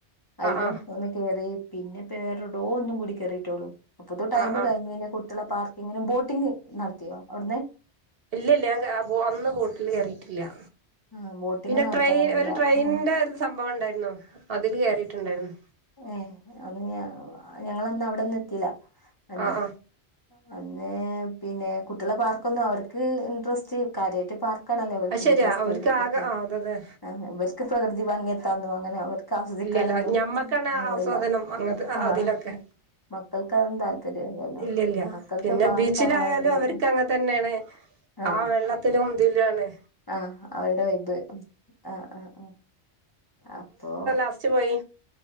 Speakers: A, on the left; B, on the right.
A: അതിലും
B: ആ
A: ഒന്ന് കേയറി പിന്നെ ഇപ്പ വേറെ ടോ ഒന്നും കൂടി കയറിയിട്ടോളൂ അപ്പൊത്തി ടൈം
B: ആ ആ ആ
A: കഴിഞ്ഞു പിന്നെ കുട്ടികള പാർക്കിങ്ങിനും ബോട്ടിംഗ് നടത്തിയോ അവിടന്ന്
B: ഇല്ലല്ല ഞാൻ അന്ന് ബോട്ടിൽ കയറിയിട്ടില്ല
A: ആ ബോട്ടിംഗ്
B: പിന്നെ
A: നടത്താൻ
B: ട്രെയിൻ
A: കഴിയില്ല
B: ഒരു ട്രെയിനിന്റെ
A: ആ
B: ഒരു സംഭവം ഉണ്ടായിരുന്നു അതില് കേറിയിട്ടുണ്ടായിരുന്നു
A: ഏ അ ഞ ഞങ്ങളന്ന് അവിടൊന്ന് എത്തില അന്ന്
B: ആഹ് ആഹ്
A: അന്ന് പിന്നെ കുട്ടിയാളെ പാർക്കൊന്നും അവർക്ക് ഇൻട്രസ്റ്റ് കാര്യായിട്ട് പാർക്ക് ക്കാണല്ലോ ഓൽക്ക്
B: അത് ശരിയാ
A: ഇൻട്രസ്റ്റ്
B: അവർക്ക്
A: മക്കൾക്ക്
B: ആകെ ആഹ് അതെ അതെ
A: ആ ഇവർക്ക് പ്രകൃതി ഭംഗിയെത്താനും അങ്ങനെ അവർക്കാസ്വദിക്കാനൊന്നും
B: ഇല്ലല്ല ഞമ്മക്കാണ്
A: മൂട്ല്ല
B: ആസ്വാദനം അങ്ങത്
A: ആഹ്
B: അതിലൊക്കെ
A: മക്കൾക്കതും താല്പര്യ ഇല്ലല്ലോ
B: ഇല്ല ഇല്ല
A: മക്കക്ക്
B: പിന്നെ
A: പാർക്കാണ്
B: ബീച്ചിലായാലും
A: വാണ്ടിയെ.
B: അവർക്ക് അങ്ങനെ തന്നെയാണ്
A: അഹ്
B: ആ വെള്ളത്തിലും തിലാണ്
A: ആ അവടെയ്ബ് ആഹ് ആഹ് ആഹ് അപ്പോ.
B: ഫസ്റ്റ് പോയി